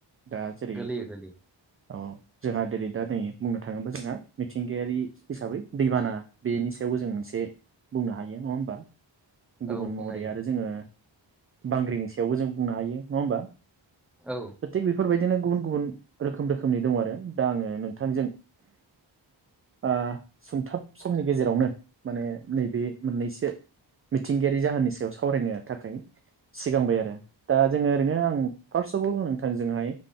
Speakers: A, on the right; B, in the centre.
A: दा जेरै
B: गोलैयो गोलैयो
A: औ जोंहा जेरै दा नै बुं थाङोबा जोंहा मिथिंगायारि हिसाबै दैबाना बेनि सायावबो जों जों मोनसे बुंनो हायो नङा होमबा। गुबुन
B: औ बुंनो
A: महरै
B: हायो
A: आरो जोङो बांग्रिंनि सायावबो जों बुंनो हायो नङा होमबा
B: औ
A: थिग बेफोरबायदिनो गुबुन गुबुन रोखोम रोखोमनि दं आरो दा आङो नोंथांजों ओ सुंथाब समनि गेजेरावनो माने नैबे मोननैसो मिथिंगायारि जाहोननि सायाव सावरायनो थाखाय सिगांबाय आरो दा जोङो ओरैनो आं फार्स अफ अल नोंथांजोंहाय